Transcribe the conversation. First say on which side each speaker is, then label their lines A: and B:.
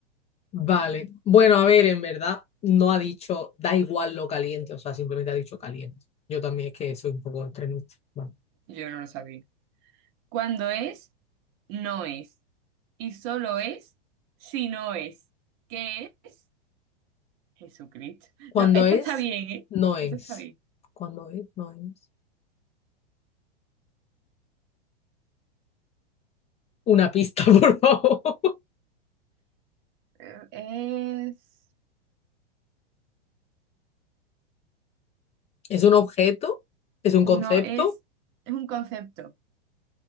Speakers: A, on the left (about 20°); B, on the right (about 40°).
A: Vale. Bueno, a ver, en verdad, no ha dicho da igual lo caliente. O sea, simplemente ha dicho caliente. Yo también es que soy un poco extremista. Vale.
B: Yo no lo sabía. Cuando es, no es. Y solo es si no es. ¿Qué es? Jesucristo.
A: Cuando
B: No, esta
A: es,
B: está bien, ¿eh?
A: no es.
B: Esta está bien.
A: Cuando es, no es. Una pista, <laughs> por favor.
B: Eh, Es,
A: ¿Es un objeto? ¿Es un
B: no
A: concepto?
B: es, es un concepto,